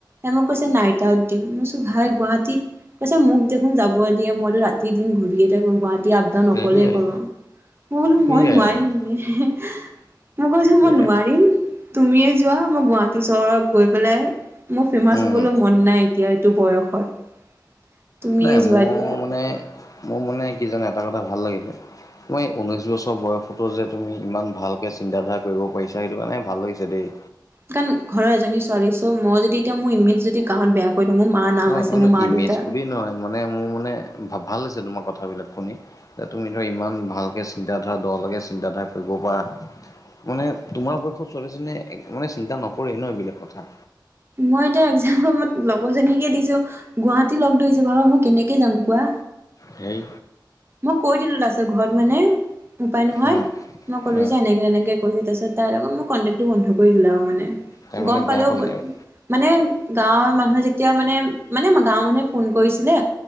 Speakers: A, on the right (about 30°); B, on the left (about 45°).
A: এ মোক কৈছে নাইট আউট দিম মই চোন ভাই গুৱাহাটীত কৈছে মোক দেখোন যাব দিয়ে মইতো ৰাতি- দিন ঘূৰিয়ে থাকো বাত তে আপদাউন
B: সেয়াই
A: অকলেই কৰো মই বুলো সময়
B: সেয়াই
A: নোৱাৰিম
B: আৰু
A: <unintelligible> মই কৈছো
B: সেয়াই
A: মই নোৱাৰিম
B: আৰু
A: তুমিয়ে যোৱা মই গুৱাহাটী চহৰত গৈ পেলাই মোৰ ফেমাচ
B: উম,
A: হবলৈ মন নাই এতিয়া এইটো বয়সত। তুমিয়ে
B: মানে মোৰ
A: যোৱা দিয়া
B: মানে মোৰ মানে কি জানা এটা কথা ভাল লাগিলে <unintelligible> ঊনৈছ বছৰ বয়সতো যে তুমি ইমান ভালকে চিন্তাধাৰা কৰিব পাৰিছা সেইটো কাৰণে ভাল লাগিছে দেই।
A: কাৰণ ঘৰৰ এজনী ছোৱালী চ' মই যদি এতিয়া মোৰ ইমেজ যদি গাঁৱত বেয়া কৰি দিও মোৰ মা নাম
B: ন
A: আছে
B: ন
A: মোৰ মা-
B: ইমেজ
A: দেউতা
B: বুলি নহয় মানে মোৰ মানে ভ -ভাল হৈছে তোমাৰ কথাবিলাক শুনি। এ তুমি ধৰা ইমান ভালকে চিন্তাধাৰা দলৈকে চিন্তাধাৰা কৰিব পাৰা মানে তোমাৰ বয়সত ছোৱালীজনীয়ে এক মানে চিন্তা নকৰে নহ এইবিলাক কথা।
A: মই এতিয়া একজামত লগৰজনীকে দিছো গুৱাহাটী লগ ধৰিছে ভাবা মই কেনেকে যাম কোৱা?
B: সেই
A: মই কৈ দিলো তাৰপাছত ঘৰত মানে উপায় নোহাৱাত
B: উম
A: মই ক'লো
B: উম
A: যেনে এনেকে কৰিছে তাৰছত তাৰ লগত মই কন্তেকবন বন্ধ কৰি দিলে আৰু মানে
B: তাৰমানে
A: গম পালেও
B: বেয়া পালে আৰু
A: মানে গাঁৱৰ মানুহে যেতিয়া মানে মানে গাঁওৰ মানুহে ফোন কৰিছিলে